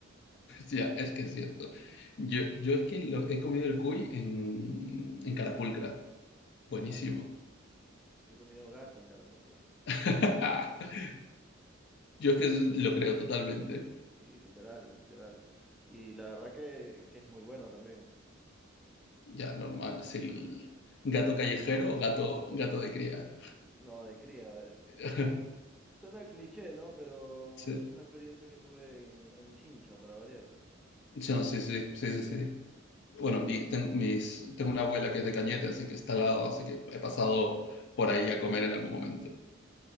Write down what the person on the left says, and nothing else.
Ya, es que es cierto. Yo, yo es que lo, he comido el cuy en, en Carapulcra. Buenísimo.
<laughs> Yo es
que lo creo totalmente.
Ya, normal. Es el gato callejero o gato, gato de cría.
<laughs>
Sí,
no, sí, sí, sí, sí, sí. Bueno, mi- tengo, mis, tengo una abuela que es de Cañete, así que está al lado, así que he pasado por ahí a comer en algún momento.